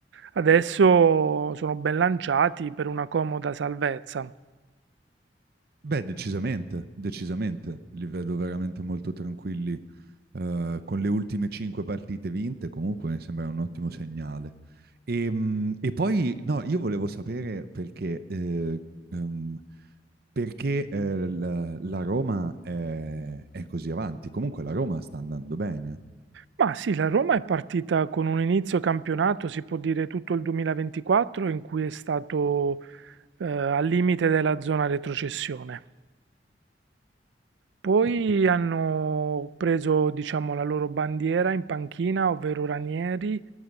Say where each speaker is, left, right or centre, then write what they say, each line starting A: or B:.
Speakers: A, on the right (about 85°); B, on the right (about 60°).
A: adesso sono ben lanciati per una comoda salvezza.
B: Beh, decisamente, decisamente, li vedo veramente molto tranquilli. eh, con le ultime cinque partite vinte, comunque mi sembra un ottimo segnale. E, mm, e poi, no, io volevo sapere perché, eh, ehm, perché eh, la, la Roma è, è così avanti. Comunque la Roma sta andando bene.
A: Ma sì, la Roma è partita con un inizio campionato, si può dire tutto il 2024, in cui è stato eh, al limite della zona retrocessione. Poi
B: Eh,
A: hanno preso, diciamo, la loro bandiera in panchina, ovvero Ranieri,